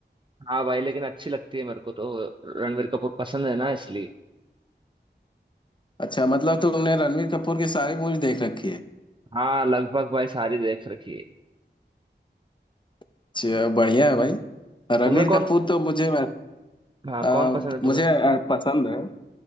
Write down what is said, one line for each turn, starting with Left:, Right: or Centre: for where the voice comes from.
Right: हाँ भाई लेकिन अच्छी लगती है मेरे को तो रणवीर कपूर पसंद है ना इसलिए
Left: अच्छा मतलब तुमने रणवीर कपूर की सारी मूवी देख रखी है
Right: हाँ लगभग भाई सारी देख रखी है
Left: अच्छा बढ़िया है भाई रणवीर
Right: तुम्हें कौन
Left: कपूर तो मुझे वैस-
Right: हाँ
Left: आ,
Right: कौन पसंद है तुम्हें
Left: मुझे आ, पसंद है